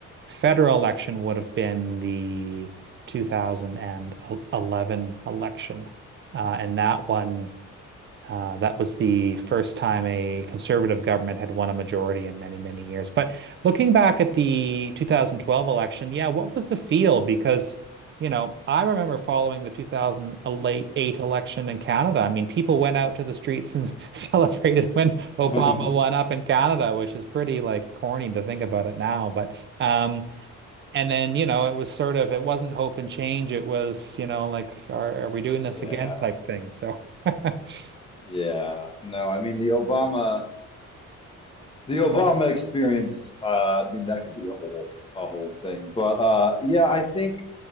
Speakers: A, on the right; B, on the left.
A: federal election would have been the 2011 election. Uh, and that one, uh, that was the first time a conservative government had won a majority in many, many years. But looking back at the 2012 election, yeah, what was the feel? Because, you know, I remember following the 2008 election in Canada. I mean, people went out to the streets and <laughs> celebrated when Obama
B: in?
A: won
B: <laughs>
A: up in Canada, which is pretty like corny to think about it now. But um, and then, you know, it was sort of, it wasn't hope and change. It was, you know, like, are, are we doing this
B: Yeah,
A: again type thing. So, <laughs>
B: yeah. No, I mean the Obama the Obama experience, uh, I mean that could be a whole a whole thing. But uh yeah, I think